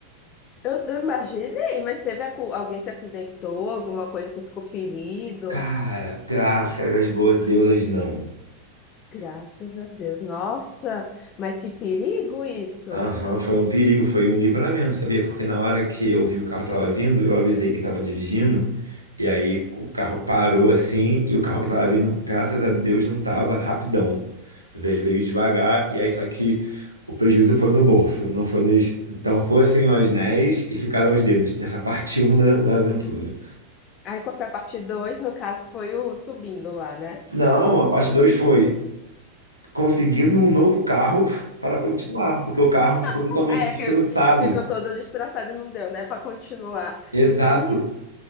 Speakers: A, on the left; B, on the right.
A: eu eu imaginei, mas teve a cu- alguém se acidentou, alguma coisa assim, ficou ferido.
B: Cara, graças às boas deusas, não.
A: Graças a Deus. Nossa, mas que perigo isso.
B: Aham, foi um perigo, foi um livramento, sabia? Porque na hora que eu vi o carro tava vindo, eu avisei quem tava dirigindo, e aí o carro parou assim, e o carro que tava vindo, graças a Deus, não tava rapidão. Ele veio devagar, e aí só que o prejuízo foi no bolso, não foi nos. Então foram assim os anéis e ficaram os dedos, nessa parte um da, da aventura.
A: Aí qual foi a parte dois No caso, foi o subindo lá, né?
B: Não, a parte 2 foi conseguindo um novo carro para continuar, porque o carro ficou
A: <laughs>
B: totalmente
A: Ah, É
B: destroçado.
A: que ficou toda destraçada e não deu, né? Para continuar.
B: Exato.
A: Minha,